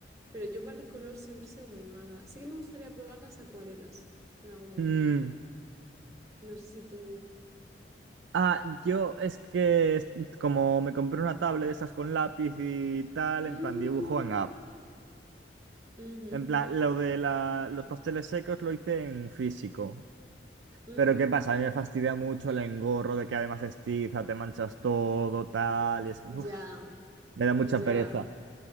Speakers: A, on the right (about 20°); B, on the right (about 80°).
A: Pero yo para el color siempre he sido muy mala. Sí que me gustaría probar las acuarelas en algún momento.
B: mm.
A: No sé si tú...
B: Ah, yo es que es- como me compré una tablet de esas con lápiz y tal, en
A: Mm,
B: plan dibujo en app.
A: ujú,
B: En plan, lo de la- los pasteles secos lo hice en físico.
A: ujú.
B: Pero ¿qué pasa? A mí me fastidia mucho el engorro de que además es te manchas todo, tal, y es... uf,
A: Ya,
B: me da mucha
A: ya.
B: pereza.